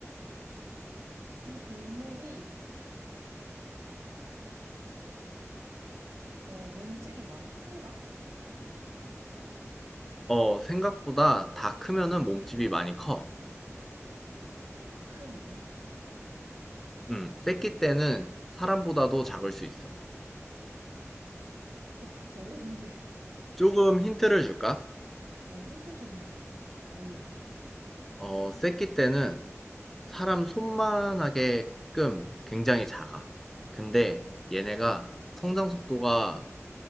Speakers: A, on the right (about 80°); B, in the centre.
A: 이 동물이 어 몸집이 많이 큰가?
B: 어, 생각보다 다 크면은 몸집이 많이 커.
A: 다 크면은?
B: 음, 새끼 때는 사람보다도 작을 수 있어.
A: 어, <laughs> 어려운데.
B: 조금 힌트를 줄까?
A: 어, 힌트 좀 알려줘.
B: 어, 새끼 때는 사람 손만 하게끔 굉장히 작아. 근데 얘네가 성장 속도가